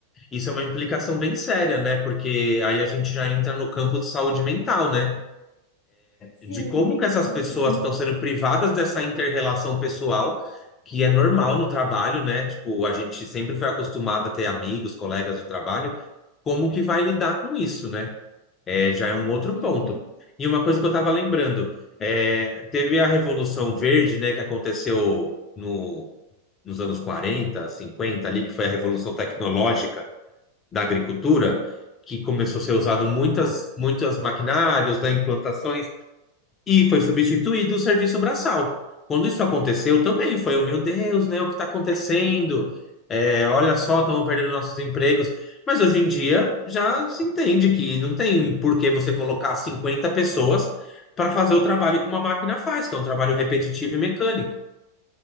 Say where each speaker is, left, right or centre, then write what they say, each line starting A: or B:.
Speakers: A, on the left (about 25°); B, on the left (about 70°).
A: isso é uma implicação bem séria, né? Porque aí a gente já entra no campo de saúde mental, né?
B: Sim,
A: De como que essas
B: uhum,
A: pessoas estão sendo privadas dessa inter-relação pessoal, que é normal no trabalho, né? Tipo, a gente sempre foi acostumado a ter amigos, colegas de trabalho. Como que vai lidar com isso, né? É, já é um outro
B: sim.
A: ponto. E uma coisa que eu estava lembrando, é, teve a Revolução Verde, né, que aconteceu no nos anos 40, 50 ali, que foi a revolução tecnológica da agricultura, que começou a ser usado muitas, muitas maquinários, né, implantações, e foi substituído o serviço braçal. Quando isso aconteceu, também foi, o meu Deus, né, o que está acontecendo? É, olha só, estamos perdendo nossos empregos. Mas hoje em dia já se entende que não tem por que você colocar 50 pessoas para fazer o trabalho que uma máquina faz, que é um trabalho repetitivo e mecânico.